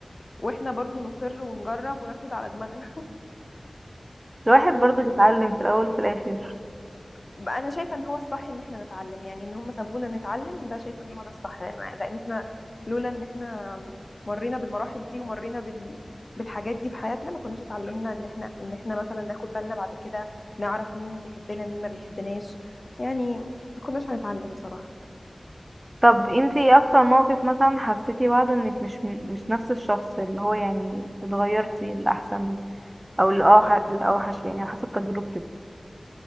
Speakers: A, on the left; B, on the right.
A: واحنا برضو نصر ونجرب وناخد على دماغنا
B: الواحد برضه بيتعلم في الاول وفي الاخر
A: ب- انا شايفه ان هو الصح ان احنا نتعلم يعني ان هم سابونا نتعلم ده شايفه ان هو ده الصح لان لأن احنا لولا ان احنا مرينا بالمراحل دي ومرينا بال... بالحاجات دي في حياتنا ما كناش اتعلمنا ان احنا ان احنا مثلا ناخد بالنا بعد كده نعرف مين بيحبنا مين ما بيحبناش يعني ما كناش هنتعلم بصراحه
B: طب انتي ايه اكتر موقف مثلا حسيتي بعده انك مش من- مش نفس الشخص اللي هو يعني اتغيرتي للاحسن او الاوحش الاوحش يعني على حسب تجربتك